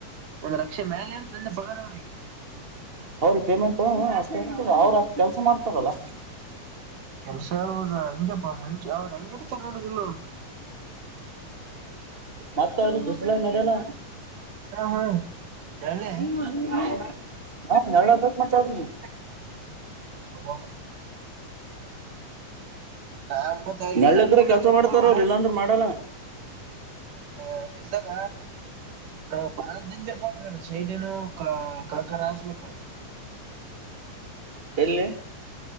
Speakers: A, on the right; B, on the right.
A: ಒಂದ್ ಲಕ್ಷ ಮೇಲೆ ಇರು ತಂದ ಬಗದ ಅವ್ರಿಗೆ
B: ಅವೌ್ರರಿ ಪೇಮೆಂಟ್ ಅವ್ರ ಅಷ್ಟ್ ಕೆಲಸ ಮಾಡತಾರೆ ಹಲೋ
A: ವರ್ಷ ಅವ್ ಹಂಪ್ಪ ಮಂಷ ಅವ್ರು ಹೆಂಗರುತಾರೆ ನೋಡದಲ್ಲ
B: ಮತ್ತ ಅವ್ರ ಬಿಸಿಲ ನೆಲೆನ
A: ಹಾ ಹಾ ಹೇಳೆ
B: <unintelligible> ಹಾ ಹೇಳದು ಮಚ <unintelligible>
A: ಹ ನಾವ ಮ ಅಲ್ಲಿ
B: ನೆಳ್ಳಿದ್ರೆ
A: ನಮ್ಮ ಊರಗರ್ತವ
B: ಕೆಲ್ಸ ಮಾಡ್ತಾರ
A: <unintelligible>
B: ಅವ್ರು ಇಲ್ಲಾಂದ್ರ ಮಾಡಲ್ಲ
A: ಅಲ್ಲಿ್ದಾಗ ಹ ಭಾರ ಡೇಂಜರ್ ಸೈಡನ ಕಕರಸ್ ನಕ
B: ಎಲ್ಲಿ